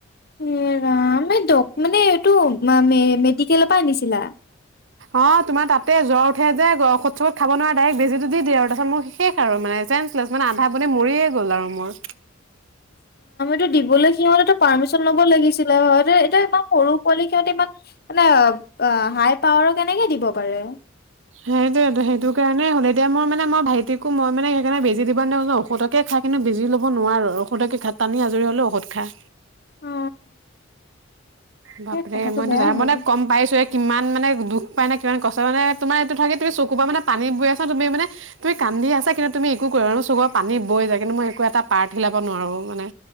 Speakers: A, on the left; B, on the right.
A: এ ৰাম দ মানে এইটো মেডিকেলৰ পৰা আনিছিলা
B: অ তোমাৰ তাতে জ্বৰ উঠিয়াই যে ঔধ চত খাব নোৱাৰা ডাইৰেক্ বেছি দি দিয়ে তপাছত মোক শেষ আৰু মানে চ মানে আধা বান মৰিয়ে গ'ল আৰু মোৰ
A: টো দিবলৈ সিহঁতে পাৰ্মিচন ল'ব লাগিছিলে হয় এটো ইমান সৰু পোৱালি সিহঁতে ইমান মানে অ হাই পাৱাৰ কেনেকে দিব পাৰে
B: সেইটোয়ে সেইটো কাৰণে হ'ল এতিয়া মোৰ মানে মই ভাইটিকো মই মানে সেইকাৰণে বেজি দিব নিদো নহয় ঔষধকে খাই কিন্তু বিজি ল'ব নোৱাৰো ঔষধকে খা টানি আজৰি হ'লেও ঔষধ খা
A: অ
B: বাপৰে
A: ধেত কথাটো
B: মইতো
A: বেয়া
B: জ
A: হ'ল
B: মই ত গম পাইছো এ কিমান মানে দুখ উপাই নাই কষ্ট মানে তোমাৰ এইটো থাকে তুমি চকুৰপৰা পানীবৈ আহে তুমি কান্দি আছা কিন্তু তুমি একো চবৰ পানী বৈ যায় কিন্তু মই একো এটা পাৰ্ট হিলাব নোৱাৰো মানে